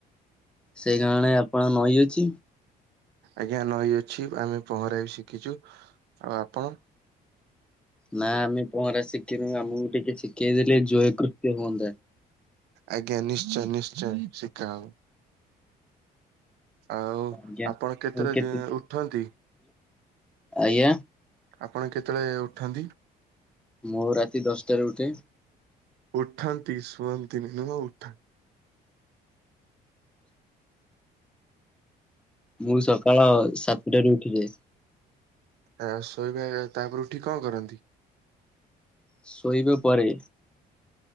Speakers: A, in the centre; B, on the right.
A: ସେଇ ଗାଁରେଆପଣ ନଈଅଛି।
B: ଆଜ୍ଞା ନଈ ଅଛି ଆମେ ପହଁରା ବି ଶିଖିଛୁ ଆଉ ଆପଣ।
A: ନା ଆମେ ପହଁରା ଶିଖିନୁ ଆମକୁ ଟିକେ ଶିଖେଇ ଦେେଲେ ଜୟକୃତ୍ୟ ହୁଅନ୍ତା
B: ଆଜ୍ଞା ନିଶ୍ଚୟ ନିଶ୍ଚୟ ଶିଖାହବ। ଆଉ
A: ଆଜ୍ଞା।
B: ଆପଣ କେତେରେ
A: କେତେ
B: ଉଠନ୍ତି?
A: ଆଜ୍ଞା।
B: ଆପଣ କେତେବେଳେ ଉଠନ୍ତି?
A: ମୁଁ ରାତି ଦଶଟାରେ ଉଠେ।
B: ଉଠାନ୍ତି ସୁହନ୍ତି ନି ନୁହଁଉଠନ୍ତି?
A: ମୁଁ ସକାଳ ସାତଟାରୁ ଉଠିଯାଏ।
B: ଆ ଶୋଇବା ଟାଇମିରେ ଉଠିକି କଣ କରନ୍ତି?
A: ଶୋଇବା ପରେ